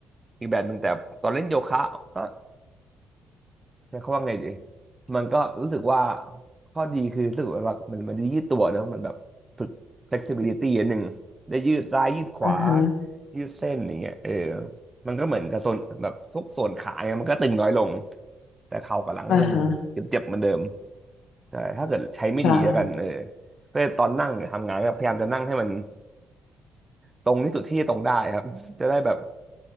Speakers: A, on the right (about 20°); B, on the left (about 80°).
A: อีกแบบหนึ่งแต่ตอนเล่นโยคะก็ใช้คำว่าไงดีมันก็รู้สึกว่าข้อดีคือรู้สึกว่ามันมันได้ยืดตัวเนอะมันแบบฝึก flexibility อันหนึ่งได้ยืดซ้ายยืดขวา
B: อ่าฮะ
A: ยืดเส้นอย่างเงี้ยเออมันก็เหมือนกับส่วนแบบซุกส่วนขาเนี่ยมันก็ตึงน้อยลงแต่เข่ากับหลังก็ยังเจ็บๆเหมือนเดิม
B: อ่าฮะ
A: ใช่ถ้าเกิดใช้ไม่ดีแล้วกันเออ
B: ค่ะ
A: ก็ตอนนั่งเนี่ยทำงานก็พยายามจะนั่งให้มันตรงที่สุดที่จะตรงได้ครับ <laughs> จะได้แบบ